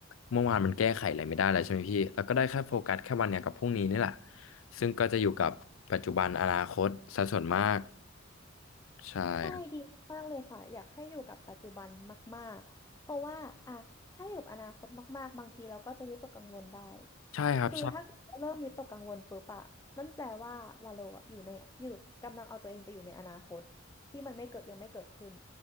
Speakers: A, on the left (about 85°); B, on the left (about 15°).
A: เมื่อวานมันแก้ไขอะไรไม่ได้แล้วใช่ไหมพี่แล้วก็ได้แค่โฟกัสแค่วันเนี้ยกับพรุ่งนี้นี่แหละซึ่งก็จะอยู่กับปัจจุบันอนาคตซะส่วนมากใช่ครับ
B: ใช่ดีมากๆเลยค่ะอยากให้อยู่กับปัจจุบันมากๆเพราะว่าอ่ะถ้าอยู่กับอนาคตมากๆบางทีเราก็จะวิตกกังวลได้
A: ใช่ครับ
B: คือถ้าเกิดว่าเริ่มวิตกกังวลปุ๊บอะนั่นแปลว่าวาโลอะอยู่ในอยู่กำลังเอาตัวเองไปอยู่ในอนาคตที่มันไม่เกิดยังไม่เกิดขึ้น